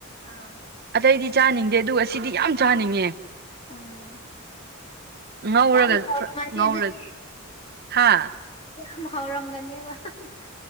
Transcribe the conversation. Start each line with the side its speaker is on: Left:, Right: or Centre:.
Left: ꯑꯥ
Right: ꯑꯇꯩꯗꯤ ꯆꯥꯅꯤꯡꯗꯦ ꯑꯗꯨꯒ ꯁꯤꯗꯤ ꯌꯥꯝ ꯆꯥꯅꯤꯡꯉꯦ꯫
Left: ꯎꯝ
Right: ꯉꯧꯔꯒ
Left: ꯌꯥꯝ ꯍꯥꯎꯔꯝꯃꯥꯅꯤ
Right: ꯉꯧꯔ
Left: ꯑꯗꯨꯗꯤ
Right: ꯍꯥ
Left: ꯌꯥꯝ ꯍꯥꯎꯔꯝꯒꯅꯦꯕ ꯍꯥ ꯍꯥ